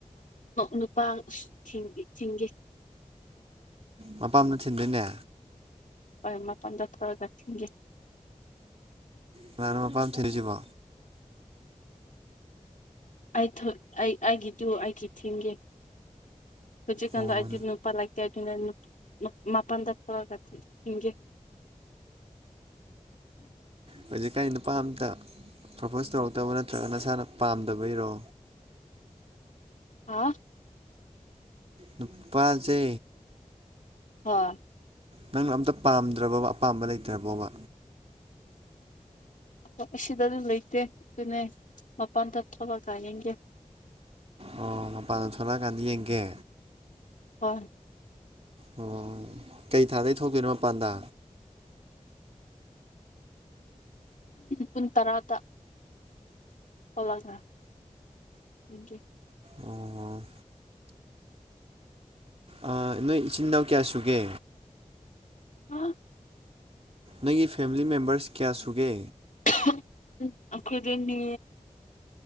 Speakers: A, on the left; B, on the right.
A: ꯅꯨꯄꯥ ꯊꯤꯡꯒꯦ ꯊꯤꯡꯒꯦ
B: ꯃꯄꯥꯝꯗ ꯊꯤꯟꯗꯣꯏꯅꯦ꯫
A: ꯍ‌ꯣꯏ ꯃꯄꯟꯗ ꯇꯧꯔ ꯊꯤꯟꯒꯦ꯫
B: ꯀꯅꯅꯣ ꯃꯄꯥꯝ ꯊꯤꯔꯤꯁꯤꯕꯣ꯫
A: ꯑꯩ ꯑꯩ ꯑꯩꯒꯤꯗꯨ ꯑꯩꯒꯤ ꯊꯤꯡꯒꯦ ꯍꯧꯖꯤꯀꯟꯗ‌ꯣ
B: ꯑꯣ
A: ꯑꯩ ꯅꯨꯄꯥ ꯂꯩꯇ‌‌ꯦ ꯑꯗꯨꯅ ꯅꯨ ꯃꯄꯥꯟ ꯊ‌‌ꯣꯔꯛꯑꯒ ꯊꯤꯟꯒ‌ꯦ꯫
B: ꯍꯧꯖꯤꯛꯀꯥꯟ ꯅꯨꯄꯥ ꯑꯝꯇ ꯄ꯭ꯔꯄꯣꯁ ꯇꯧꯔꯛꯇꯕ ꯅꯠꯇ꯭ꯔꯒ ꯅꯁꯥꯅ ꯄꯥꯝꯗꯕꯩꯔꯣ꯫
A: ꯍꯥ꯫
B: ꯅꯨꯄꯥꯁꯦ
A: ꯍꯣꯏ
B: ꯅꯪꯅ ꯑꯝꯇ ꯄꯥꯝꯗ꯭ꯔꯕꯕ ꯑꯄꯥꯝꯕ ꯂꯩꯇ꯭ꯔꯕꯣꯕ꯫
A: ꯑꯁꯤ ꯁꯤꯗ ꯑꯗꯨꯝ ꯂꯩꯇꯦ ꯑꯗꯨꯅꯦ ꯃꯄꯥꯟꯗ ꯊꯣꯛꯂꯒ ꯌꯦꯡꯒꯦ
B: ꯑꯣ ꯃꯄꯥꯟꯗ ꯊꯣꯛꯂꯛꯑꯀꯥꯟꯗ ꯌꯦꯡꯒꯦ꯫
A: ꯍꯣꯏ꯫
B: ꯑꯣ ꯀꯩ ꯊꯥꯗꯒꯤ ꯊꯣꯛꯇꯣꯏꯅꯣ ꯃꯄꯥꯟꯗ꯫
A: ꯄꯨꯟ ꯇꯔꯥꯗ꯫ <unintelligible> ꯊꯣꯛꯂꯒ <unintelligible>
B: ꯑꯣ ꯑ ꯅꯣꯏ ꯏꯆꯤꯟ ꯏꯅꯥꯎ ꯀꯌꯥ ꯁꯨꯒꯦ꯫
A: ꯍꯥ
B: ꯅ‌ꯣꯏꯒꯤ ꯐꯦꯃꯤꯂꯤ ꯃꯦꯝꯕꯔꯁ‌ꯦ ꯀꯌꯥ ꯁꯨꯒꯦ꯫
A: <unintelligible> ꯑꯩꯈꯣꯏꯗꯤ ꯃꯤ